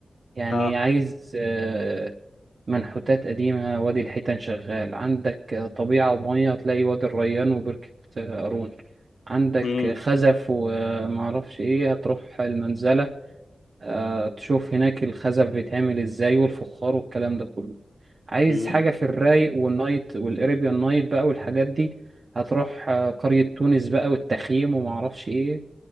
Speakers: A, on the right; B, on the left.
A: يعني
B: اه
A: عايز آه، منحوتات قديمة وادي الحيتان شغال عندك آه، طبيعة ومية هتلاقي وادي الريان وبركة آه، قارون عندك
B: امم
A: آه، خزف ومعرفش ايه هتروح المنزلة آه، تشوف هناك الخزف بيتعمل ازاي والفخار والكلام ده كله عايز
B: امم
A: حاجة في الرايق والنايت والاريبيان نايت بقى والحاجات دي هتروح آه، قرية تونس بقى والتخييم ومعرفش ايه